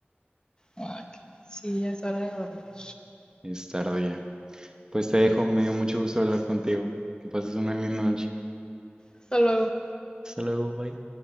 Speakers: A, on the left (about 20°); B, on the right (about 20°).
A: ah, que- sí, ya es hora de dormir.
B: Es tarde ya. Pues te dejo, me dio mucho gusto hablar contigo. Que pases una linda noche.
A: Hasta luego.
B: Hasta luego, bye.